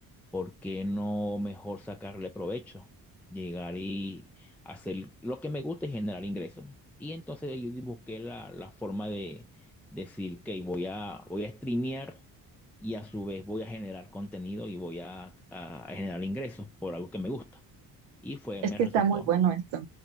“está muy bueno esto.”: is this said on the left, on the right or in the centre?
Right